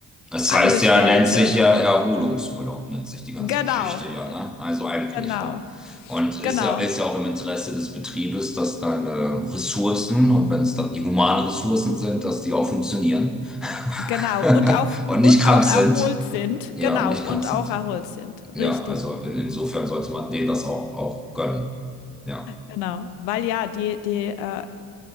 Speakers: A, in the centre; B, on the left.
A: Das
B: Angestellte.
A: heißt ja, nennt sich ja Erholungsurlaub, nennt sich die ganze
B: Genau,
A: Geschichte ja, ne? Also eigentlich,
B: genau,
A: ne? Und ist
B: genau,
A: ja, ist ja auch im Interesse des Betriebes, dass deine Ressourcen, und wenn es dann die humanen Ressourcen sind, dass die auch funktionieren
B: genau.
A: <laughs>
B: Und auch,
A: und
B: und
A: nicht krank
B: auch
A: sind.
B: erholt sind.
A: Ja,
B: Genau,
A: und nicht
B: und
A: krank sind.
B: auch erholt sind.
A: Ja,
B: Richtig,
A: also in, insofern sollte man denen das auch, auch gönnen. Ja,
B: genau. Weil ja, die, die, äh,